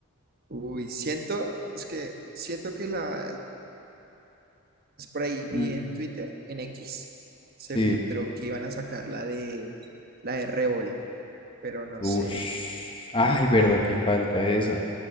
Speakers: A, on the right; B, on the left.
A: Uy, siento, es que siento que la Spray vi
B: Mm,
A: en Twitter, en X, se
B: sí.
A: filtró que iban a sacar la de la de Revol, pero no
B: Ush.
A: sé.
B: Ay, verdad, que falta esa.